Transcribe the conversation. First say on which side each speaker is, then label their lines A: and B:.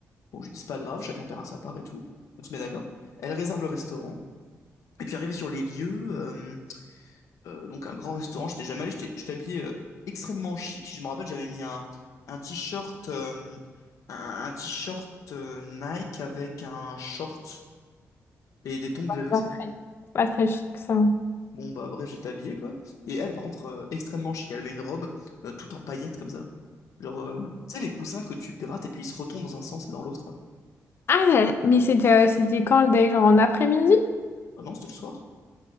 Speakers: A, on the left (about 75°); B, on the left (about 45°).
A: Bon, je lui dis, c'est pas grave, chacun paiera sa part et tout. On se met d'accord. Elle réserve le restaurant. Et puis, arrivé sur les lieux, euh, euh, donc un grand restaurant, j'étais jamais allé, j'étais j'étais habillé euh, extrêmement chic. Je me rappelle, j'avais mis un, un t-shirt, euh, un, un t-shirt euh, Nike avec un short et des tongs que j'avais aussi.
B: Pas très, pas très chic ça.
A: Bon, bah bref, j'étais habillé, quoi. Et elle, par contre, euh, extrêmement chic. Elle avait une robe euh, toute en paillettes, comme ça. Genre, euh, tu sais, les coussins que tu grattes et puis ils se retournent dans un sens et dans l'autre. là.
B: Ah, mais c'était euh, c'était quand le date? Genre en après-midi?
A: Ah non, c'était le soir.